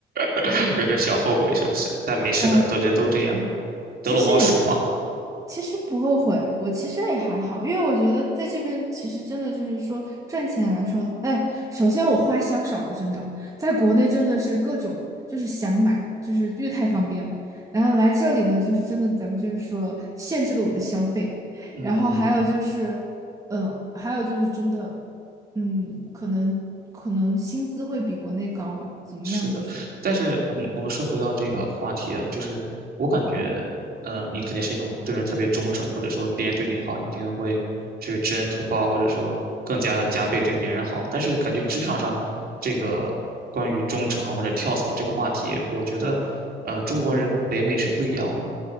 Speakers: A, on the right; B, on the right.
A: <laughs> 有点小后悔是不是？但没事的，
B: <laughs>
A: 都人都这样，
B: 嗯，
A: 得陇望蜀嘛。
B: 其实也其实不后悔，我其实也还好，因为我觉得在这边其实真的就是说赚钱来说的，哎，首先我花销少了，真的，在国内真的是各种就是想买，就是越太方便了，然后来这里呢，就是真的咱们就是说限制了我的消费，
A: 嗯，
B: 然后还有就是，呃，还有就是真的，嗯，可能可能薪资会比国内高吧，怎么样都是，
A: 是的，但是我们我们说回到这个话题啊，就是我感觉，嗯，你肯定是那种对人特别忠诚，或者说别人对你好，你一定会就是知恩图报，或者说更加的加倍对别人好。但是感觉职场上这个关于忠诚啊或者跳槽这个话题，我觉得，嗯，中国人和北美是不一样的。